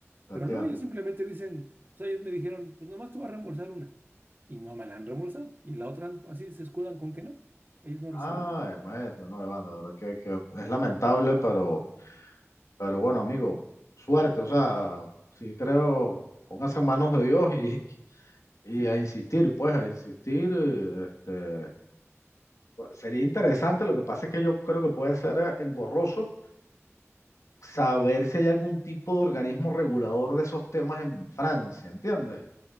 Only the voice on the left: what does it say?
te
entiendo.
Ay,
maestro, no, Iván, de verdad que, que es lamentable, pero, pero bueno, amigo, suerte, o sea, sí creo, póngase en manos de Dios y, y
a insistir, pues, a insistir, eh, este, sería interesante, lo que pasa es que yo creo que puede ser eh, engorroso saber si hay algún tipo de organismo regulador de esos temas en Francia, ¿entiendes?